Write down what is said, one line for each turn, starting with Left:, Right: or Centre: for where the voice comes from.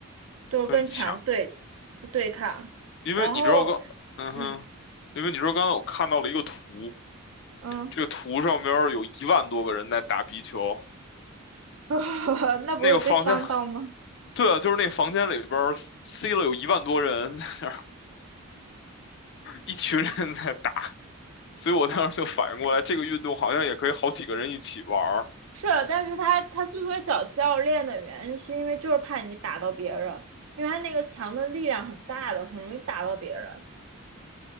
Right: 就是跟墙对
Left: <laughs> 跟抢，
Right: 对抗，
Left: 因为你知道我刚，
Right: 然后
Left: 嗯哼，
Right: 嗯
Left: 因为你说刚才我看到了一个图，
Right: 嗯，
Left: 这个图上边儿有一万多个人在打壁球。
Right: <laughs> 那不会被伤到吗？
Left: 那个房间，<laughs> 对啊，就是那房间里边儿塞了有一万多人，在那一群人在打，所以我当时就反应过来，这个运动好像也可以好几个人一起玩儿，
Right: 是，但是他他之所以找教练的原因，是因为就是怕你打到别人，因为他那个墙的力量很大的，很容易打到别人。